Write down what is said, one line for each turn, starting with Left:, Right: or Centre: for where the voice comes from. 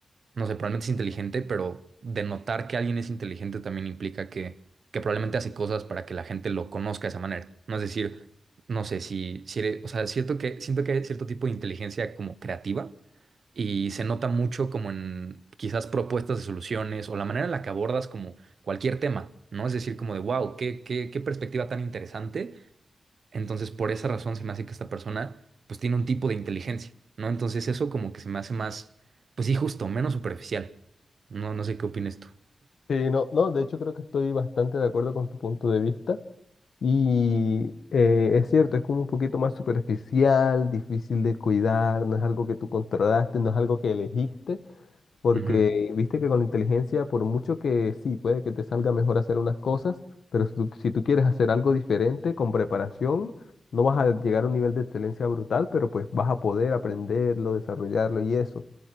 Right: no sé, probablemente es inteligente, pero denotar que alguien es inteligente también implica que, que probablemente hace cosas para que la gente lo conozca de esa manera. No es decir, no sé si, si eres, o sea, es cierto que, siento que hay cierto tipo de inteligencia como creativa y se nota mucho como en quizás propuestas de soluciones o la manera en la que abordas como cualquier tema, ¿no? Es decir, como de, wow, qué, qué, qué perspectiva tan interesante entonces, por esa razón se me hace que esta persona pues tiene un tipo de inteligencia, ¿no? Entonces eso como que se me hace más, pues sí, justo, menos superficial. No, no sé qué opines tú.
Left: Sí, no, no, de hecho creo que estoy bastante de acuerdo con tu punto de vista y eh, es cierto, es como un poquito más superficial, difícil de cuidar, no es algo que tú controlaste, no es algo que elegiste. Porque
Right: Ujú.
Left: viste que con la inteligencia, por mucho que sí, puede que te salga mejor hacer unas cosas, pero si tú, si tú quieres hacer algo diferente con preparación, no vas a llegar a un nivel de excelencia brutal, pero pues vas a poder aprenderlo, desarrollarlo y eso.